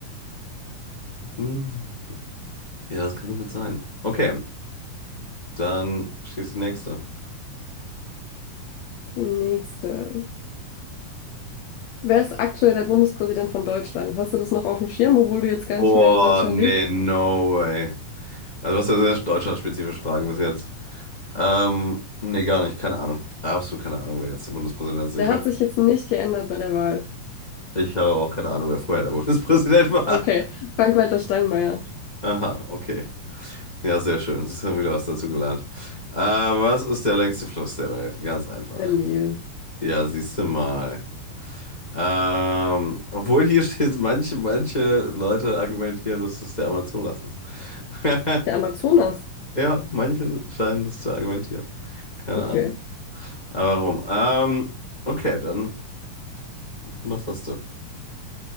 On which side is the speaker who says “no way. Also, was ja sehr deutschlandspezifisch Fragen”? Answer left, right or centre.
Left